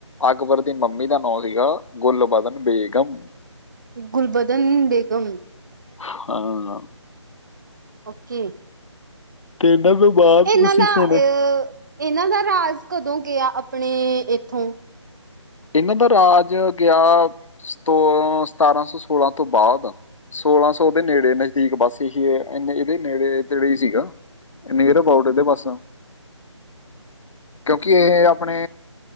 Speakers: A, on the left (about 80°); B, on the right (about 40°).
A: ਅਕਬਰ ਦੀ ਮੰਮੀ ਦਾ ਨੋ ਸੀਗਾ ਗੁੱਲਬਦਨ ਬੇਗਮ।
B: ਗੁਲਬਦਨ ਬੇਗਮ।
A: ਹਾਂ।
B: ਓਕੇ।
A: ਤੇ ਫਿਰ ਬਾਦ
B: ਇਹਨਾਂ
A: ਚ ਤੁਸੀਂ
B: ਦਾ
A: ਸੁਣ,
B: ਅ ਇਹਨਾਂ ਦਾ ਰਾਜ ਕਦੋਂ ਗਿਆ ਆਪਣੇ ਏਥੋਂ?
A: ਏਨਾਂ ਦਾ ਰਾਜ ਗਿਆ ਸਤੋ ਸਤਾਰਾਂ ਸੌ ਸੋਲਾਂ ਤੋਂ ਬਾਅਦ ਸੋਲਾਂ ਸੌ ਦੇ ਨੇੜੇ ਨਜ਼ਦੀਕ ਬੱਸ ਇਹੀ। ਐਨੇ ਏਦੇ ਨੇੜੇ-ਤੇੜੇ ਹੀ ਸੀਗਾ। ਨਿਅਰ ਅਬਾਊਟ, ਏਦੇ ਬਸ। ਕਿਉਂਕਿ ਇਹ ਆਪਣੇ